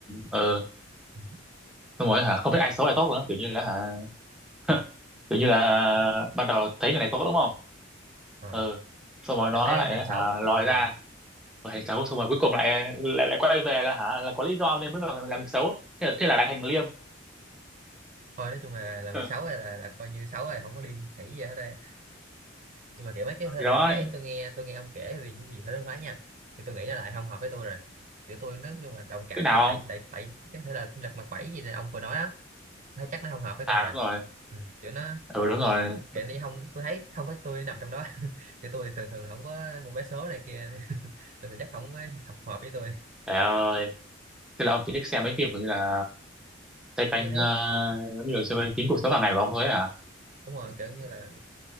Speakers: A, in the centre; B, on the right.
A: ờ
B: Ừ.
A: tôi nói hả không biết ai xấu ai tốt nữa kiểu như là hả <laughs> kiểu như là
B: vâng
A: ban đầu thấy người này tốt đúng không
B: à.
A: ừ xong rồi nó
B: trong cái
A: lại
B: thành xấu
A: hả
B: à,
A: lòi ra rồi thành xấu xong rồi cuối cùng lại lại lại quay về là hả là có lý do nên mới vào làm việc xấu thế là, thế là lại thành liêm
B: thôi nói chung là làm
A: ừ.
B: việc xấu này là, là coi như xấu rồi không có liên khỉ gì hết đây nhưng mà kiểu mấy cái thể
A: thì
B: loại
A: đó
B: phim đấy tôi nghe tôi nghe ông kể thì cái gì phải đối phái nha thì tôi nghĩ là lại không hợp với tôi rồi kiểu tôi nói chung là đồng cảm
A: cái nào
B: thì tại
A: không
B: tại tại cái thể loại phim lật mặt bảy gì này ông vừa nói á thấy chắc nó không hợp với
A: à
B: tôi rồi
A: đúng rồi
B: ừ. kiểu nó
A: ừ đúng rồi
B: kiểu này không tôi thấy không có tôi nằm trong đó <laughs> kiểu tôi thường thường không có một cái số này kia <laughs> nên là chắc không có hợp hợp với tôi
A: trời ơi tức là ông chỉ thích xem mấy phim kiểu như là xoay
B: kiểu
A: quanh
B: như thấy
A: ờ, giống như là xoay quanh chính cuộc sống hàng ngày của ông thôi ấy hả
B: đúng rồi kiểu như là